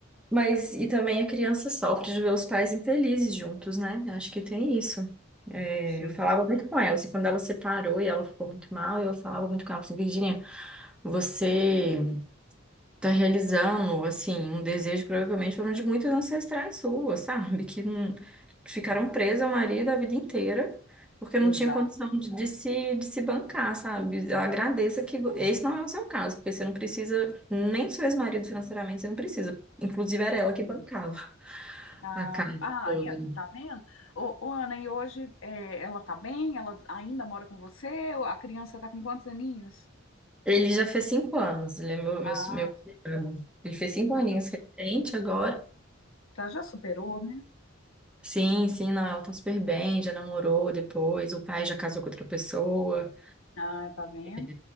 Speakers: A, in the centre; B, on the left.
A: mas e também a criança sofre de ver os pais infelizes juntos, né? Eu acho que tem isso. É,
B: Sim.
A: eu falava muito com ela, assim, quando ela separou e ela ficou muito mal, eu falava muito com ela, assim, Virginia, você tá realizando, assim, um desejo que provavelmente foram de muitos ancestrais suas, sabe? Que não- que ficaram presas ao marido a vida inteira, porque
B: Exato,
A: não tinha condição de, de se, de se bancar, sabe? Eu agradeça que vo- esse não é o seu caso, porque você não precisa nem do seu ex-marido financeiramente, você não precisa. Inclusive era ela que
B: sim.
A: bancava
B: Ah,
A: a casa
B: ah,
A: toda.
B: aí, ó, tá vendo? Ô, ô, Ana, e hoje é, ela tá bem? Ela ainda mora com você? A criança tá com quantos aninhos?
A: Ele já fez cinco anos, ele é meu, meu,
B: Ah,
A: meu cunhado. Ele fez cinco aninhos
B: aham.
A: recente agora.
B: tá, já superou, né?
A: Sim, sim, não, ela tá super bem, já namorou depois, o pai já casou com outra pessoa.
B: Ah, tá vendo?
A: É,